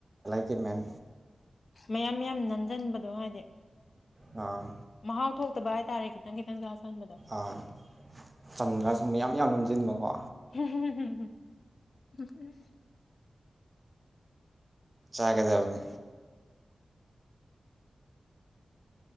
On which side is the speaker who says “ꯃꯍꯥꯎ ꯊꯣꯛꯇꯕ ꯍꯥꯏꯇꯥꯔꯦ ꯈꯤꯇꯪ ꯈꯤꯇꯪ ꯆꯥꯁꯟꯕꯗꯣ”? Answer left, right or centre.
Left